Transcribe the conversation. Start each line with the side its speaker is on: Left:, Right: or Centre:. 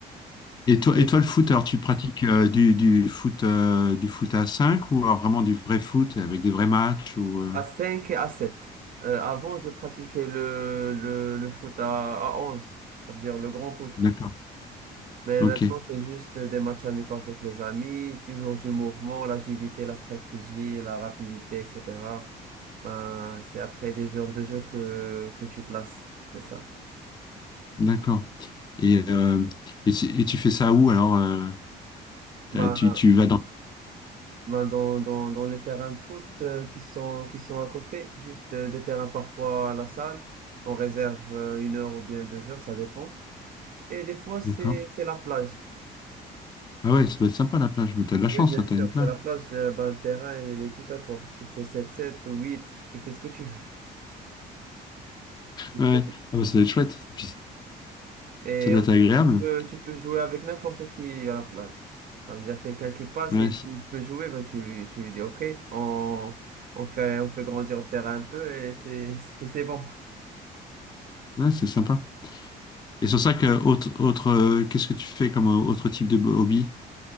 Left: et
Right: C'est
Left: toi et toi le foot, alors tu pratiques euh, du du foot euh, du foot à 5 ou alors vraiment du vrai foot avec des vrais matchs ou euh,
Right: À 5 et à sept Euh, avant, je pratiquais le, le, le foot à, à onze ça veut dire le grand foot.
Left: D'accord,
Right: Mais
Left: ok,
Right: maintenant, c'est juste des matchs amicaux avec les amis, toujours du mouvement, l'agilité, la stratégie, la rapidité, etc. Ben, c'est après des heures de jeu que, que tu te lasses, c'est ça.
Left: d'accord. Et euh, et, c'est- et tu fais ça où alors euh,
Right: Ben,
Left: t'as- tu tu vas dans
Right: ben, dans, dans, dans les terrains de foot euh, qui sont, qui sont à côté, juste euh, des terrains parfois à la salle, on réserve euh, une heure ou bien deux heures, ça dépend. Et des fois, c'est,
Left: D'accord.
Right: c'est la plage.
Left: Ah ouais, ça doit être sympa la plage, mais t'as de la
Right: Oui,
Left: chance,
Right: bien
Left: toi,
Right: sûr,
Left: t'as une plage.
Right: c'est la plage, euh, ben, le terrain, il est tout à toi. Tu fais sept sept ou huit tu fais ce que tu veux. <laughs>
Left: Ouais, ouais. ah bah, ça doit être chouette, puis
Right: Et
Left: ça doit
Right: on-
Left: être agréable.
Right: tu peux, tu peux jouer avec n'importe qui à la plage. Ça veut dire quelqu'un qui passe
Left: Ouais,
Right: et
Left: c'est
Right: tu peux jouer, ben tu, tu lui dis OK, on, on fait, on fait grandir le terrain un peu et c'est c'est- c'est bon.
Left: ouais, c'est sympa. Et sur ça, que, autre, autre, euh, qu'est-ce que tu fais comme euh, autre type de hobby?